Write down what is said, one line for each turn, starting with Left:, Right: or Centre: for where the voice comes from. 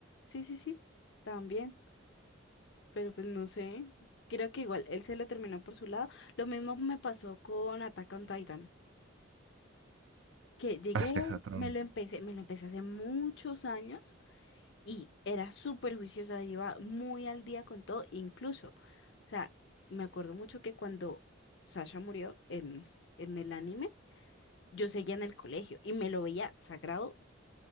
Left: sí, sí, sí, también, pero pues no sé. Creo que igual él se lo terminó por su lado. Lo mismo me pasó con Attack on Titan. que llegué,
Right: Ah, sí, es otro.
Left: me lo empecé, me lo empecé hace muchos años y era súper juiciosa, iba muy al día con todo, incluso, o sea, me acuerdo mucho que cuando Sasha murió en, en el anime, yo seguía en el colegio y me lo veía sagrado,